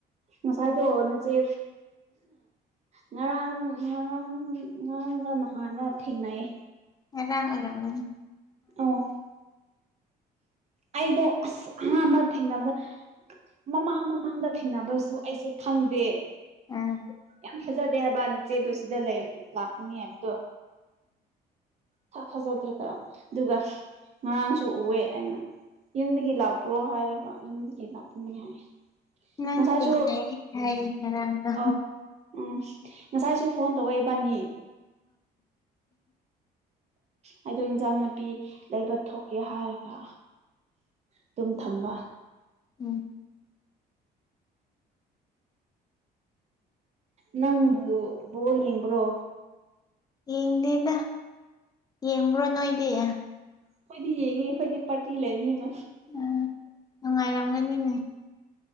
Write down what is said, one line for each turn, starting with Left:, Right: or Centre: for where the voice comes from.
Right: ꯉꯁꯥꯏꯗꯣ ꯅꯆꯦ ꯉꯔꯥꯡ ꯉꯔꯥꯡ ꯉꯔꯥꯡꯒ ꯅꯍꯥꯟꯒ ꯊꯦꯡꯅꯩ
Left: ꯑꯦꯔ ꯑꯣꯏꯔꯅꯤ
Right: ꯑꯣ ꯑꯩꯗꯣ ꯑꯁ ꯑꯍꯥꯥꯟꯕ ꯊꯦꯡꯅꯕꯗ ꯃꯃꯥꯡ ꯃꯃꯥꯡꯗ ꯊꯦꯡꯅꯕꯁꯨ ꯑꯩꯁꯦ ꯈꯪꯉ ꯗꯦ
Left: ꯑꯪ
Right: ꯌꯥꯝ ꯐꯖꯗꯦ ꯍꯥꯏꯕꯥ ꯅꯆꯦꯗꯣ ꯁꯤꯗ ꯂꯩ ꯂꯥꯛꯀꯅꯤ ꯍꯥꯏꯕꯗꯣ ꯏꯊꯥ ꯊꯥꯖꯗ꯭ꯔꯒ ꯑꯗꯨꯒ ꯉꯔꯥꯡꯁꯨ ꯎꯑꯦ ꯑꯩꯅ ꯌꯨꯝꯗꯒꯤ ꯂꯥꯛꯄ꯭ꯔꯣ ꯍꯥꯏꯔꯒ ꯌꯨꯝꯗꯒꯤ ꯂꯥꯛꯄꯅꯤ ꯍꯥꯏ
Left: ꯅꯪ
Right: ꯉꯁꯥꯏꯁꯨ
Left: ꯊꯦꯡ ꯌꯥꯔꯗ
Right: ꯑ ꯎꯝ ꯉꯁꯥꯏꯁꯨ ꯐꯣꯟ ꯇꯧꯔꯛꯏꯕꯥꯅꯤ ꯑꯩꯗꯣ ꯏꯟꯁꯥꯡ ꯅꯥꯄꯤ ꯂꯩꯕ ꯊꯣꯛꯀꯦ ꯍꯥꯏꯔꯒ ꯑꯗꯨꯝ ꯊꯝꯕ
Left: ꯎꯝ
Right: ꯅꯪꯕꯨ ꯕꯣꯔ ꯌꯦꯡꯕ꯭ꯔꯣ
Left: ꯌꯦꯡꯗꯦꯗ ꯌꯦꯡꯕ꯭ꯔꯣ ꯅꯣꯏꯗꯤ ꯑꯦ
Right: ꯑꯩꯈꯣꯏꯗꯤ ꯌꯦꯡꯉꯤ ꯑꯩꯈꯣꯏꯗꯤ ꯄꯥꯔꯇꯤ ꯂꯩꯕꯅꯤꯅ
Left: ꯎꯝ ꯅꯨꯡꯉꯥꯏꯔꯝꯒꯅꯤꯅꯦ